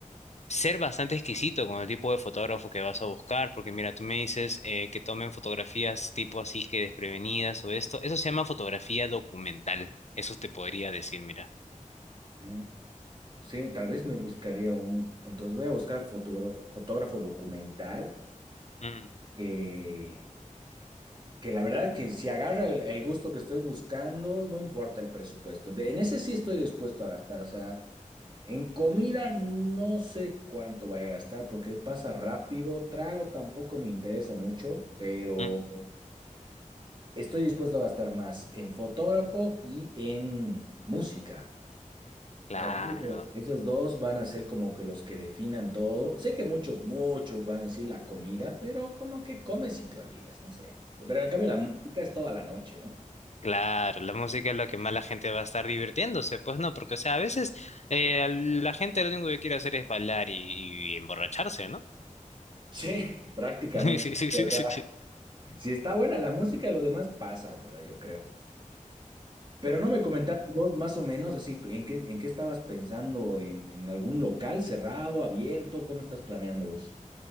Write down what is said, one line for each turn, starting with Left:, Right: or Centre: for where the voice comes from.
Left: ser bastante exquisito con el tipo de fotógrafo que vas a buscar, porque mira, tú me dices eh, que tomen fotografías tipo así que desprevenidas o esto. Eso se llama fotografía documental. Eso te podría decir, mira.
Right: Mm, Sí, tal vez me buscaría un, entonces voy a buscar fotógrafo, fotógrafo documental
Left: Mm,
Right: que, que la verdad que si agarra el, el gusto que estoy buscando, no importa el presupuesto. De- en ese sí estoy dispuesto a gastar. O sea, en comida no sé cuánto vaya a gastar porque pasa rápido. Trago tampoco me interesa mucho, pero
Left: mm,
Right: estoy dispuesto a gastar más en fotógrafo y en música.
Left: claro.
Right: Para mí, eso- esos dos van a ser como que los que definan todo. Sé que muchos, muchos van a decir la comida, pero como que comes y te olvidas, no sé. Pero en cambio la música es toda la noche, ¿no?
Left: Claro, la música es lo que más la gente va a estar divirtiéndose, pues no, porque o sea, a veces eh, la gente lo único que quiere hacer es bailar y, y emborracharse, ¿no?
Right: Sí, prácticamente.
Left: <laughs> Sí, sí,
Right: O
Left: sí,
Right: sea,
Left: sí, sí.
Right: si está buena la música, lo demás pasa, la verdad, yo creo. Pero no me comentaste vos más o menos así, ¿en qué, en qué estabas pensando? ¿En, en algún local cerrado, abierto? ¿Cómo estás planeando vos?